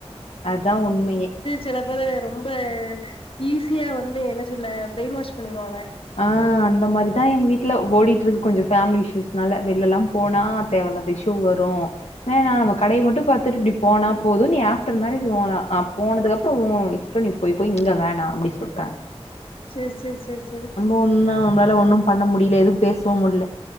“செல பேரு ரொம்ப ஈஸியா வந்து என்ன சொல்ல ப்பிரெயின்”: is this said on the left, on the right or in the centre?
Left